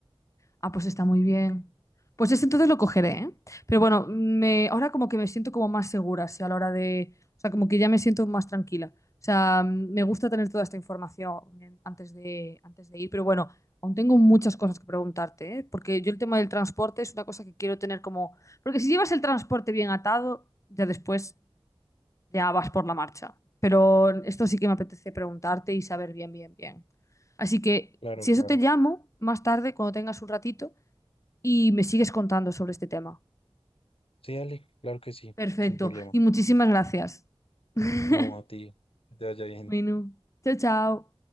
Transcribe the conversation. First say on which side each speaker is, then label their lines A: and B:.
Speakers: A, on the left (about 30°); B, on the left (about 65°).
A: Ah, pues está muy bien. Pues ese entonces lo cogeré, ¿eh? Pero bueno, me, ahora como que me siento como más segura, sí, a la hora de... O sea, como que ya me siento más tranquila. O sea, me gusta tener toda esta información en- antes de, antes de ir, pero bueno, aún tengo muchas cosas que preguntarte, ¿eh? Porque yo el tema del transporte es una cosa que quiero tener como... Porque si llevas el transporte bien atado, ya después ya vas por la marcha. Pero esto sí que me apetece preguntarte y saber bien, bien, bien. Así que,
B: Claro,
A: si
B: claro.
A: eso te llamo más tarde, cuando tengas un ratito, y me sigues contando sobre este tema.
B: Sí, Ale, claro que sí,
A: Perfecto.
B: sin problema.
A: Y muchísimas gracias. <laughs>
B: No, a ti, que te vaya bien.
A: Bueno, chao, chao.